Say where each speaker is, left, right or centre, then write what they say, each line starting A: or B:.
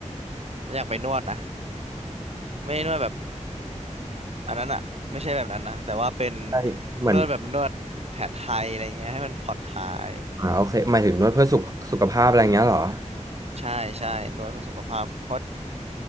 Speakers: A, on the right (about 55°); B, on the right (about 30°).
A: เราอยากไปนวดนะไม่ได้นวดแบบอันนั้นอะไม่ใช่แบบนั้นนะแต่ว่าเป็น
B: ใช่เหมือน
A: นวดแบบนวดแผนไทยอะไรเงี้ยให้มันผ่อนคลาย
B: อ่าโอเคหมายถึงนวดเพื่อสุขสุขภาพอะไรเงี้ยเหรอ
A: ใช่ใช่นวดเพื่อสุขภาพเพราะ